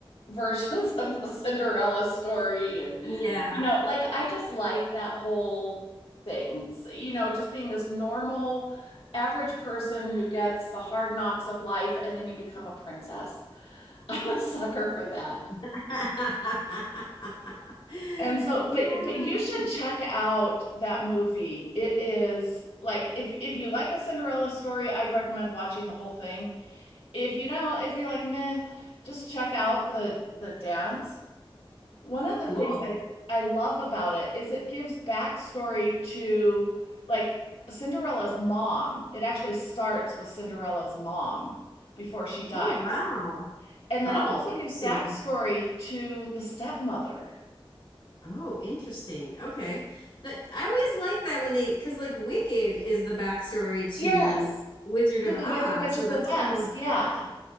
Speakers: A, on the left; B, on the left.
A: versions <laughs> of the Cinderella story and
B: Yeah.
A: you know, like I just like that whole thing. So, you know, just being this normal average person who gets the hard knocks of life and then you become a princess. <laughs> I'm a sucker for that.
B: <laughs>
A: And so,
B: Yeah.
A: but but you should check out that movie. It is like if if you like the Cinderella story, I'd recommend watching the whole thing. If you don't, if you're like meh, just check out the the dance. One of the
B: Cool.
A: things I I love about it is it gives backstory to like Cinderella's mom. It actually starts with Cinderella's mom before she dies.
B: Oh, wow.
A: And
B: Oh,
A: then it also
B: interesting.
A: gives backstory to the stepmother.
B: Oh, interesting. Okay. That I always like that when they, because like Wicked is the backstory
A: Yes.
B: to Wizard
A: to
B: of
A: the
B: Oz,
A: Wicked Witch
B: so
A: of
B: that's
A: the West.
B: kind of
A: Yeah.